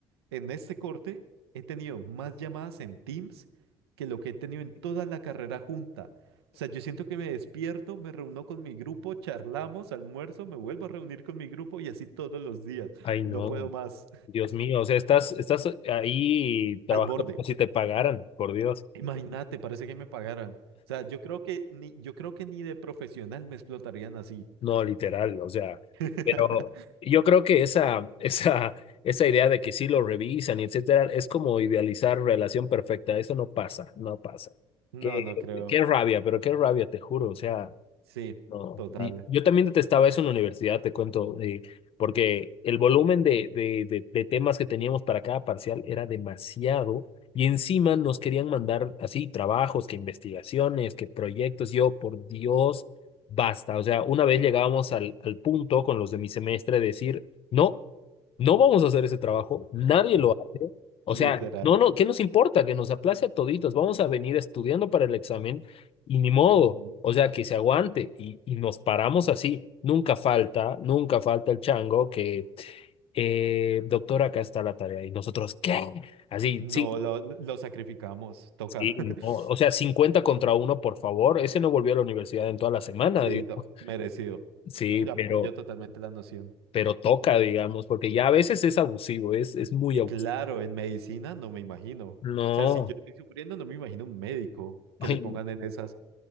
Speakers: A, on the right (about 80°); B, on the left (about 45°).
A: en este corte he tenido más llamadas en Teams que lo que he tenido en toda la carrera junta. O sea, yo siento que me despierto, me reúno con mi grupo, charlamos, almuerzo, me vuelvo a reunir con mi grupo y así todos los días.
B: Ay, no.
A: No puedo más.
B: Dios mío, o sea, estás, estás ahí trabajando
A: Al borde.
B: como si te pagaran, por Dios.
A: Imagínate, parece que me pagaran. O sea, yo creo que ni, yo creo que ni de profesional me explotarían así.
B: No, literal, o sea,
A: <laughs>
B: pero yo creo que esa, <laughs> esa, esa idea de que sí lo revisan y etcétera, es como idealizar relación perfecta. Eso no pasa, no pasa.
A: No,
B: Qué,
A: no creo.
B: qué rabia, pero qué rabia, te juro. O sea,
A: Sí,
B: no,
A: total,
B: y yo también detestaba eso en la universidad, te cuento, eh, porque el volumen de, de, de, de temas que teníamos para cada parcial era demasiado y encima nos querían mandar así trabajos, que investigaciones, que proyectos. Yo, por Dios, basta. O sea, una vez llegábamos al, al punto con los de mi semestre de decir, no, no vamos a hacer ese trabajo, nadie lo hace. O
A: literal.
B: sea, no, no, ¿qué nos importa? Que nos aplace a toditos, vamos a venir estudiando para el examen y ni modo,
A: Ujú.
B: o sea, que se aguante y, y nos paramos así. Nunca falta, nunca falta el chango que, eh, doctor, acá está la tarea. Y nosotros, ¿qué? Así,
A: No,
B: sí,
A: lo, lo sacrificamos, toca.
B: sí,
A: <laughs>
B: no. O sea, 50 contra uno, por favor. Ese no volvió a la universidad en toda la semana,
A: Sí,
B: digamos.
A: no, merecido.
B: Sí,
A: No, Yo
B: pero,
A: apoyo totalmente la noción.
B: pero toca, digamos, porque ya a veces es abusivo, es, es muy
A: Y
B: abusivo.
A: claro, en medicina no me imagino. O
B: No,
A: sea, si yo estoy sufriendo, no me imagino un médico
B: ay,
A: que le pongan
B: no,
A: en esas.